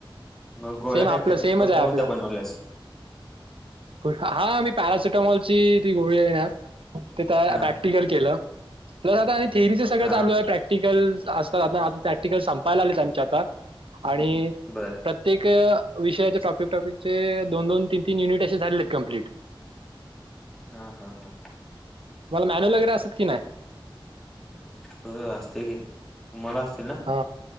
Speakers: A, in the centre; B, on the right.
A: मग गोळ्या
B: सेम
A: काय
B: आपलं
A: काय
B: सेमच
A: कोणत्या
B: आहे आपलं
A: कोणत्या बनवल्यास
B: हा आम्ही पॅराासिटमॉोल ती गोळी आहे ना ते प्रॅक्टिकल
A: हा
B: केलं... प्लस आता आणि थेअरीचं सगळं
A: हा
B: चालू आहे प्रॅक्टिकल असतात आ आता... संपायला आलेत आमच्या आता आणि
A: बर
B: प्रत्येक.. विषया ट्रॉपिकचे दोन दोन तीन तीन युनिट असे झाले कम्प्लीट. <inaudible>
A: हा हा हा
B: तुम्हाला मॅनर वगैरे असत की नाही..
A: हो असते की मला असत..
B: हा